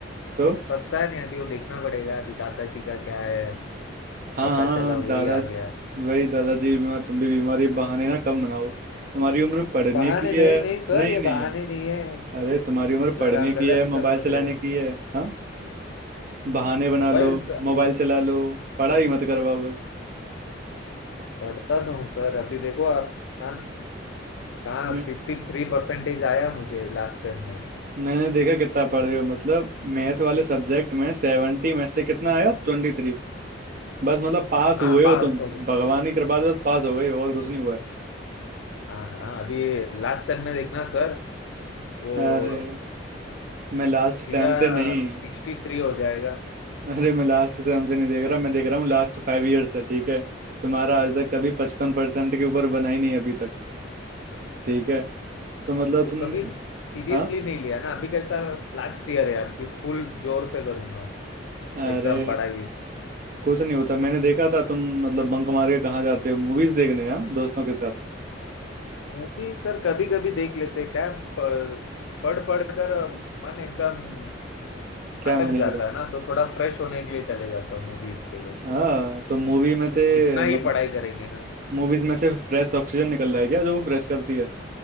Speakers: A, on the right; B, on the left.
A: तो
B: पता नहीं अभी वो देखना पड़ेगा अभी दादाजी का क्या है
A: हाँ
B: पता
A: हाँ
B: चला
A: हाँ
B: वही
A: दादा
B: आ गया
A: वही दादाजी भी बीमार तुम भी बीमारी बहाने ना कम बनाओ तुम्हारी उम्र पढ़ने
B: बहाने
A: की
B: नहीं
A: है
B: नहीं सर
A: नहीं
B: ये बहाने
A: नहीं
B: नहीं है
A: अरे तुम्हारी उम्र
B: सर
A: पढ़ने
B: आप
A: की
B: गलत
A: है मोबाइल
B: समझ
A: चलाने
B: रहे हो
A: की है हाँ बहाने बना
B: मोबाइल
A: लो मोबाइल चला लो पढ़ाई ही मत करवाओ बस
B: पढ़ता तो हूँ सर अभी देखो आप हाँ कहाँ
A: मैं
B: फिफ्टी थ्री परसेंटेज आया मुझे लास्ट सेम में
A: मैंने देखा कितना पढ़ रहे हो मतलब मैथ वाले सब्जेक्ट में सेवेंटी में से कितना आया ट्वेंटी थ्री बस मतलब पास
B: हाँ
A: हुए हो
B: पास
A: तुम
B: हो गया।
A: भगवान की कृपा से बस पास हो गए हो और कुछ नहीं हुआ है
B: हाँ हाँ अभी लास्ट सेम में देखना सर वो
A: अरे मैं लास्ट सेम
B: सीधा
A: से नहीं
B: सिक्सटी थ्री हो जाएगा
A: अरे मैं लास्ट सेम से नहीं देख रहा मैं देख रहा हूँ लास्ट फाइव ईयर्स से ठीक है तुम्हारा आज तक कभी पचपन परसेंट के ऊपर बना ही नहीं अभी तक ठीक है तो मतलब
B: वो
A: तुम
B: कभी सीरियसली
A: हाँ
B: नहीं लिया ना अभी कैसा लास्ट ईयर है अभी फुल जोर से करूंगा
A: अरे
B: एकदम पढ़ाई
A: कुछ नहीं होता मैंने देखा था तुम मतलब बंक मार के कहाँ जाते हो मूवीज देखने हाँ दोस्तों के साथ
B: मूवी सर कभी कभी देख लेते हैं। क्या प- पढ़ पढ़ कर मन एकदम
A: क्या
B: अटक
A: मैंने
B: जाता
A: एकदम
B: है ना तो थोड़ा फ्रेश होने के लिए चले जाता हूँ मूवीज के लिए
A: हाँ तो मूवी में थे
B: कितना
A: मतलब
B: ही पढ़ाई करेंगे ना
A: मूवीज में से फ्रेश ऑक्सीजन निकल रहा है क्या जो वो फ्रेश करती है